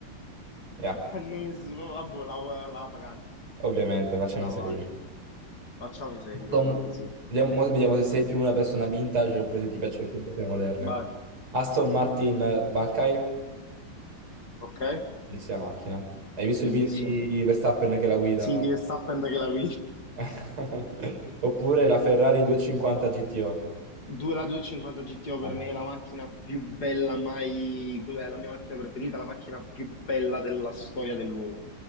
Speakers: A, on the right; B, on the left.
A: Yeah,
B: <laughs> non es- vabbè, la, la pagata,
A: ovviamente, facciami
B: la
A: sapere.
B: vai. Facciamo i seri
A: Aston-
B: per cortesia.
A: Vediamo, mo vediamo se sei più una persona vintage oppure se ti piacciono più le cose moderne.
B: Vai,
A: Aston Martin Valkyrie,
B: ok,
A: bellissima macchina. Hai visto il
B: bellissimo.
A: video di Verstappen che la guida?
B: Sì, di Verstappen che la guida.
A: <laughs> Oppure la Ferrari 250 GTO.
B: Due- la 250 GTO
A: Ah,
B: per me è la macchina più bella mai, è la mia macchina preferita, la macchina più bella della storia dell'uomo,